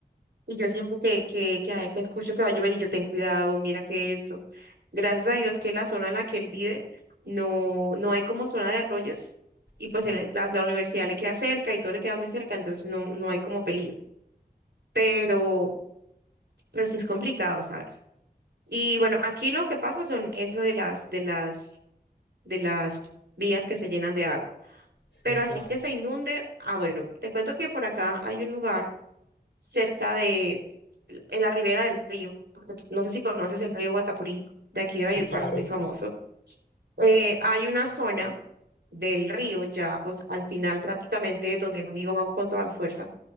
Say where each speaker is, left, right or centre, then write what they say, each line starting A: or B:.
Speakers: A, on the right (about 80°); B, on the left (about 80°).
A: y yo siempre que, que, que, que escucho que va a llover y yo ten cuidado, mira que esto. Gracias a Dios que la zona en la que él vive no, no hay como zona de arroyos, y
B: Sí,
A: pues él- la, la universidad le queda cerca y todo le queda muy cerca, entonces no, no hay como peligro. Pero, pero sí es complicado, ¿sabes? Y bueno, aquí lo que pasa son eso de las, de las, de las vías que se llenan de agua.
B: sí,
A: Pero
B: claro.
A: así que se inunde, ah, bueno, te cuento que por acá hay un lugar cerca de, en la ribera del río, porque tú- no sé si conoces el río Guatapurí, de aquí de Valledupar,
B: Sí, claro.
A: muy famoso. Eh, hay una zona del río, ya pues al final prácticamente donde el río va con toda la fuerza.